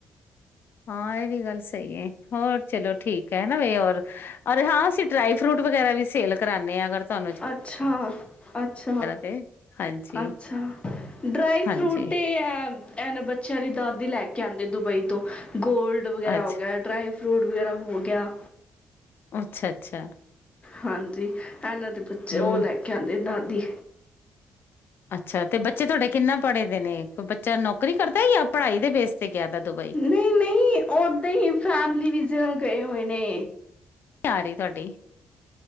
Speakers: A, on the left (about 60°); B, on the left (about 30°).
A: ਹਾਂ ਇਹ ਵੀ ਗੱਲ ਸਹੀ ਹੈ ਹੋਰ ਚਲੋ ਠੀਕ ਹੈਾ ਵੀ ਹੋਰ ਰ ਹਾਂ ਅਸੀਂ ਡਰਾਈ ਫਰੂਟ ਵਗੈਰਾ ਵੀ ਸੇਲ ਕਰਾਉਦੇ ਹਾਂ ਅਗਰ ਤੁਹੂੰ
B: ਅੱਛਾ ਅੱਛਾ
A: ਤੇ ਹਾਂਜੀ
B: ਅੱਛਾ ਡਰਾਈ ਫਰੂਟ
A: ਹਾਂਜੀ
B: ਇਹ ਬੱਚਿਆਂ ਦੀ ਦਾਦੀ ਲੈ ਕੇ ਆਂਦੀ ਤੇ ਦੁਬਈ ਤੋਂ ਗੋਲਡ ਵਗੈਰਾ
A: ਅੱਛਾ
B: ਹੋ ਗਿਆ ਡਰਾਈ ਫਰੂਟ ਵਗੈਰਾ ਹੋ ਗਿਆ
A: ਅੱਛਾ ਅੱਛਾ
B: ਹਾਂਜੀ ਇਹਨਾਂ ਦੇ
A: ਹਮ
B: ਉਹ ਲੈ ਕੇ ਆਉਂਦੇ ਅਤੇ ਦਾਦੀ
A: ਅੱਛਾ ਤੇ ਬੱਚੇ ਤੁਹਾਡੇ ਕਿੰਨਾ ਪੜ੍ਹੇ ਦੇ ਨੇ ਬੱਚਾ ਨੌਕਰੀ ਕਰਦਾ ਜਾਂ ਪੜ੍ਹਾਈ ਦੇ ਬੇਸ ਤੇ ਗਿਆ ਦਾ ਦੁਬਈ
B: ਨਹੀਂ ਨਹੀਂ ਓਦਾਂ ਹੀ ਫੈਮਲੀ ਵੀ <unintelligible> ਗਏ ਹੋਏ ਨੇ
A: ਕਾਆ ਰਹੀ ਤੁਹਾਡੀ